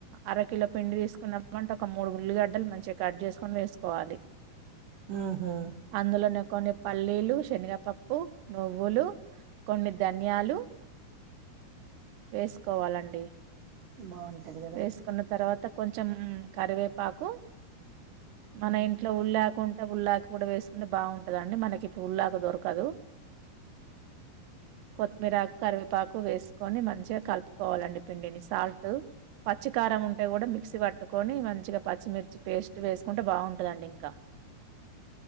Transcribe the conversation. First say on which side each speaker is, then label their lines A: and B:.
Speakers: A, on the right; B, on the right.
A: అరకిలో పిండి తీసుకున్నప్పు అంటే ఒక మూడు ఉల్లిగడ్డలు మంచిగా కట్ చేసుకొని వేసుకోవాలి
B: ఆహా
A: అందులోనే కొన్ని పల్లీలు శనగపప్పు నువ్వులు కొన్ని ధన్యాలు వేసుకోవాలండి
B: బాగుంటుంది కదాండి
A: వేసుకున్న తర్వాత కొంచెం కరివేపాకు మన
B: ఉమ్,
A: ఇంట్లో ఉల్లిఅకు ఉ ఉల్లాకు కూడా వేసుకుంటే బాగుంటదండి మనకిప్పుడు ఉల్లాకు దొరకదు కొత్తిమీరాకు కరివేపాకు వేసుకొని మంచిగా కలుపుకోవాలండి పిండిని సాల్ట్ పచ్చికారం ఉంటే కూడా మిక్సీ పట్టుకొని మంచిగా పచ్చిమిర్చి పేస్ట్ వేసుకుంటే బాగుంటుంది ఇంకా